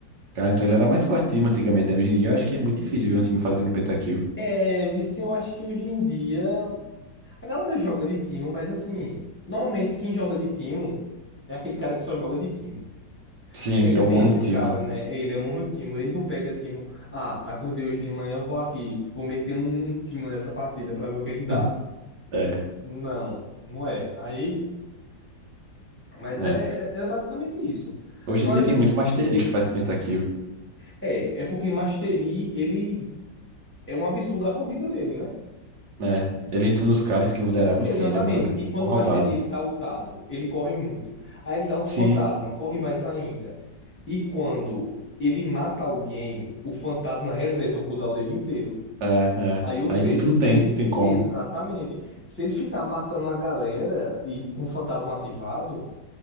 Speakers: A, on the right; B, on the left.
A: Cara, então ele era mais forte time antigamente, né? Hoje em dia eu acho que é muito difícil ver um time fazendo pentakill.
B: É, vice, eu acho que hoje em dia. A galera joga de timo, mas assim, normalmente quem joga de timo é aquele cara que só joga de timo.
A: Sim,
B: Sempre
A: é o
B: tem
A: monotimo.
B: esses caras, né? Ele é monotimo, ele não pega timo. Ah, acordei hoje de manhã, vou aqui, vou meter um timo nessa partida pra ver o que é que dá.
A: <laughs> É,
B: Não, não é. Aí, mas
A: né?
B: é, é, é basicamente isso.
A: Hoje
B: Agora
A: em dia tem
B: que
A: muito Master Yi que faz pentakill,
B: é, é porque Mastery, ele é um absurdo a corrida dele, né?
A: né? Ele entra nos caras, fica invulnerável, enfim,
B: Exatamente.
A: ele é um boneco
B: E
A: muito
B: quando
A: mal
B: o
A: roubado.
B: Machete ele tá ultado, ele corre muito. Aí ele dá o fantasma,
A: Sim,
B: corre mais ainda. E quando ele mata alguém, o fantasma reseta o cooldown dele inteiro.
A: é, é.
B: Aí, ou
A: Aí,
B: seja,
A: tipo, não
B: se
A: tem,
B: ele
A: não
B: fi-
A: tem como.
B: exatamente, se ele ficar matando a galera e com o fantasma ativado,